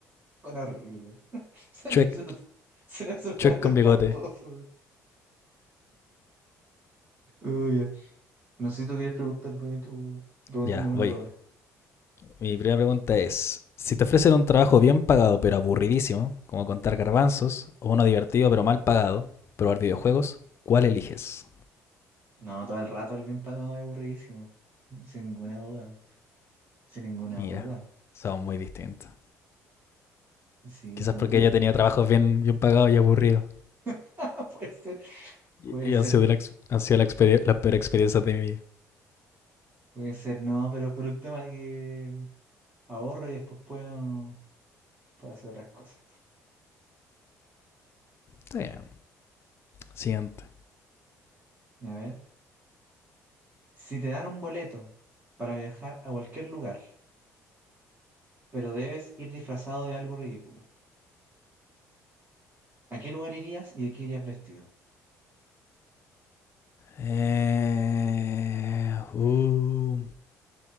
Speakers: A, on the right; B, on the left.
A: Suena horrible. <laughs> Suena
B: Chuec,
A: absoluto- suena absolutamente
B: chuec con
A: espantoso.
B: bigote.
A: Uy, ya. no sé si tú quieres preguntarme tú, preguntarme
B: Ya,
A: una
B: voy.
A: tú ahora.
B: Mi primera pregunta es, si te ofrecen un trabajo bien pagado pero aburridísimo, como contar garbanzos, o uno divertido pero mal pagado, probar videojuegos, ¿cuál eliges?
A: No, todo el rato el bien pagado es aburridísimo. Sin ninguna duda. Sin ninguna
B: Mira,
A: duda.
B: son muy distintos.
A: Sí,
B: Quizás
A: no,
B: porque
A: porque-
B: ella tenía trabajos bien, bien pagados y aburridos.
A: <laughs> puede ser,
B: Y,
A: puede ser,
B: y ha sido la, ex- ha sido la, experie- la peor experiencia de mi vida.
A: puede ser, no, pero por un tema de que mm, ahorro y después puedo, puedo hacer otras cosas.
B: Está Siguiente.
A: A ver, si te dan un boleto para viajar a cualquier lugar, pero debes ir disfrazado de algo ridículo, ¿A qué lugar irías y de qué irías vestido?
B: Eh, uh,